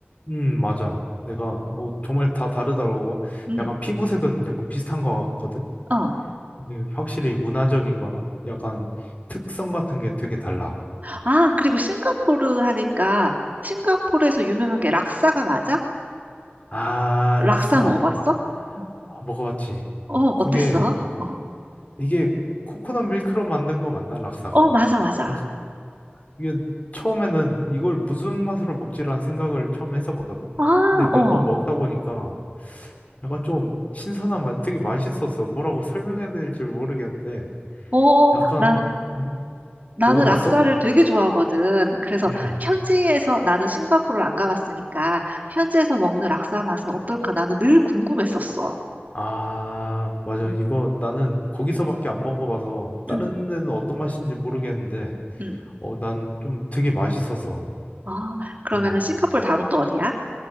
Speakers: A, on the left; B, on the right.
A: 음, 맞아. 내가 어, 정말 다 다르더라고.
B: 음.
A: 약간 피부색은 약간 비슷한 것 같거든.
B: 어.
A: 근데 확실히 문화적인 거나 약간 특성 같은 게 되게 달라.
B: 아, 그리고 싱가포르 하니까 싱가포르에서 유명한 게 락사가 맞아?
A: 아,
B: 락사
A: 락사.
B: 먹어봤어? 어,
A: 아, 먹어봤지.
B: 어,
A: 그게
B: 어땠어? 어,
A: 이게 코코넛 밀크로 만든 거 맞나? 락사가?
B: 어, 맞아, 맞아.
A: 그- 이게 처음에는 이걸 무슨 맛으로 먹지라는 생각을 처음 했었거든.
B: 아,
A: 근데 몇
B: 어,
A: 번 먹다 보니까 약간 좀 신선한 맛, 되게 맛있었어. 뭐라고 설명해야 될지 모르겠는데
B: 어,
A: 약간
B: 나,
A: 음,
B: 나는
A: 먹어봤어?
B: 락사를 되게 좋아하거든. 그래서
A: 응.
B: 현지에서 나는 싱가포르를 안 가봤으니까 현지에서 먹는 락사 맛은 어떨까? 나는 늘 궁금했었어.
A: 아, 맞아.
B: 응,
A: 이거 나는 거기서밖에 안 먹어봐서 다른
B: 응,
A: 데는 어떤 맛인지 모르겠는데
B: 응.
A: 어, 난 좀 되게 맛있었어.
B: 아, 그러면은
A: 응.
B: 싱가포르 다음은 또 어디야?